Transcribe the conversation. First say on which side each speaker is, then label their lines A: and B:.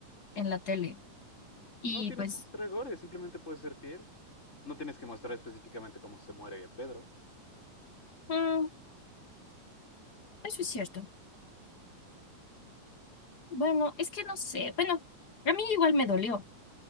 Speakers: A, on the left; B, on the left.
A: en la tele. Y
B: No tienes
A: pues,
B: que mostrar gore, simplemente puedes ser fiel. No tienes que mostrar específicamente cómo se muere Pedro.
A: mm, eso es cierto. Bueno, es que no sé. Bueno, a mí igual me dolió.